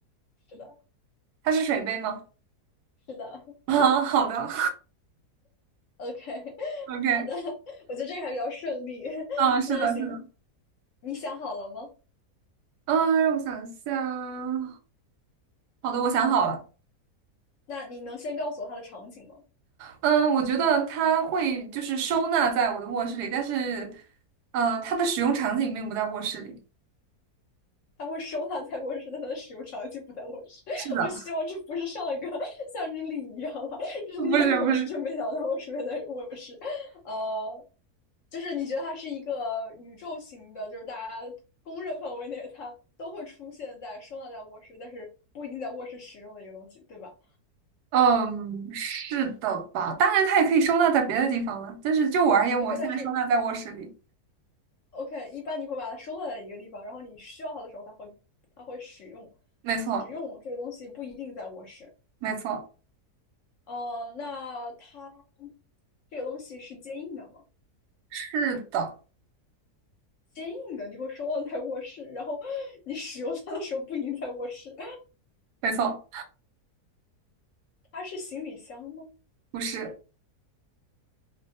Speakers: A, on the left; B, on the right.
A: 是的，
B: 它是水杯吗？
A: 是的
B: <laughs> 啊，好的
A: ，OK，<laughs>
B: ，OK，
A: 好的，我觉得这个还比较顺利。
B: 嗯，
A: <laughs>
B: 是的，
A: 那行，
B: 是的。
A: 你想好了吗？
B: 嗯，让我想一下。好的，我想好了。
A: 那你能先告诉我它的场景吗？
B: 嗯，我觉得它会就是收纳在我的卧室里，但是，呃，它的使用场景并不在卧室里。
A: 他会收它在卧室，但它的使用场景不在卧室。
B: 是的，
A: 我希望这不是上一个像日历一样了，
B: <laughs>
A: 日历那个我是真没想到我出现在卧室。
B: 不是不是，
A: 呃，就是你觉得它是一个宇宙型的，就是大家公认范围内它都会出现在收纳在卧室，但是不一定在卧室使用的一个东西，对吧
B: 嗯，是的吧？当然，它也可以收纳在别的地方了，但是就我而言，
A: ？OK，
B: 我现在收纳在卧室里。
A: 但是 OK，一般你会把它收纳在一个地方，然后你需要它的时候，它会它会使用，
B: 没错，
A: 使用这个东西不一定在卧室。
B: 没错，
A: 哦，那它这个东西是坚硬的吗？
B: 是的，
A: 坚硬的，你会收到在卧室，然后你使用它的时候不一定在卧室。
B: 没错，
A: 它是行李箱吗？
B: 不是。